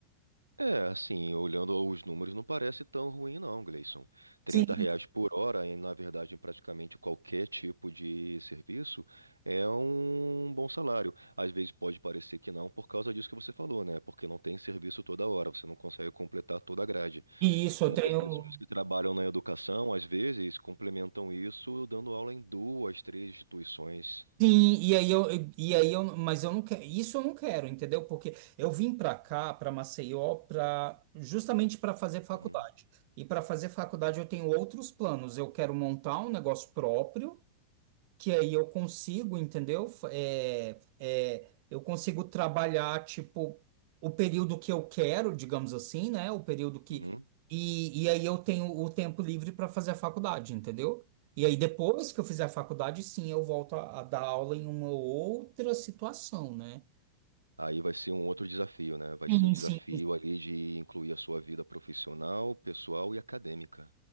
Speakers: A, on the right (about 80°); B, on the right (about 45°).
A: É, assim, olhando os números, não parece tão ruim não, Gleison. Trinta
B: sim,
A: reais por hora, e na verdade, em praticamente qualquer tipo de serviço, é um bom salário. Às vezes pode parecer que não, por causa disso que você falou, né? Porque não tem serviço toda hora, você não consegue completar toda a grade.
B: e isso
A: Muitas
B: eu tenho.
A: pessoas que trabalham na educação, às vezes, complementam isso dando aula em duas, três instituições.
B: Sim, e aí eu, e aí eu, mas eu não quero, isso eu não quero, entendeu? Porque eu vim para cá, para Maceió, para justamente para fazer faculdade.
A: Uhum,
B: E para fazer faculdade eu tenho outros planos. Eu quero montar um negócio próprio. que aí eu consigo, entendeu? É, é, eu consigo trabalhar, tipo, o período que eu quero, digamos assim, né? O período que.
A: uhum.
B: E, e aí eu tenho o tempo livre para fazer a faculdade, entendeu? E aí depois que eu fizer a faculdade, sim, eu volto a, a dar aula em uma outra situação, né?
A: Aí vai ser um outro desafio, né? Vai
B: Sim,
A: ser o desafio
B: sim.
A: ali de incluir a sua vida profissional, pessoal e acadêmica.